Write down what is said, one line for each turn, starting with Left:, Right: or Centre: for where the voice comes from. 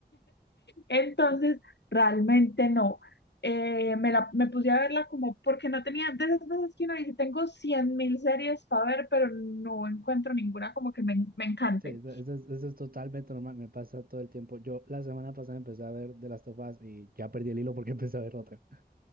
Left: Entonces realmente no. Eh, me, la, me puse a verla como porque no tenía, de esas veces que uno dice, tengo 100 mil series para ver, pero no encuentro ninguna como que me, me encante.
Right: Sí, eso, eso es, eso es totalmente normal, me pasa todo el tiempo. Yo la semana pasada empecé a ver de las Us y ya perdí el hilo porque <laughs> empecé a ver otra.